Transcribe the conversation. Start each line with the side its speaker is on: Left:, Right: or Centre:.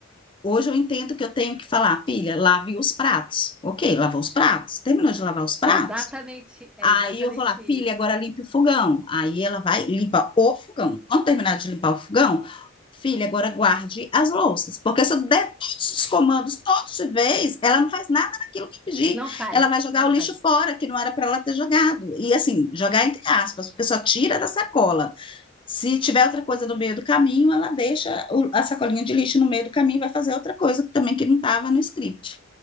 Left: Hoje eu entendo que eu tenho que falar, filha, lave os pratos. Ok, lavou os pratos. Terminou de lavar os pratos?
Centre: É exatamente, é
Left: Aí
Centre: exatamente
Left: eu vou lá,
Centre: isso.
Left: filha, agora limpe o fogão. Aí ela vai, limpa o fogão. Quando terminar de limpar o fogão, filha, agora guarde as louças. Porque se eu der todos os comandos todos de vez, ela não faz nada daquilo que eu pedi.
Centre: Não faz,
Left: Ela vai jogar
Centre: não
Left: o
Centre: faz.
Left: lixo fora, que não era para ela ter jogado. E assim, jogar entre aspas, porque só tira da sacola. Se tiver outra coisa no meio do caminho, ela deixa o- a sacolinha de lixo no meio do caminho e vai fazer outra coisa também que não estava no script.